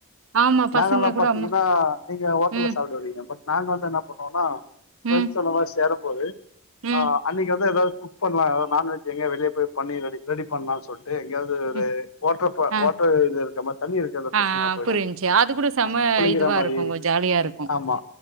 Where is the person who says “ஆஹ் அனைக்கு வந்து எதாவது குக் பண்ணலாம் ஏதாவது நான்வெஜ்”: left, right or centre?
Left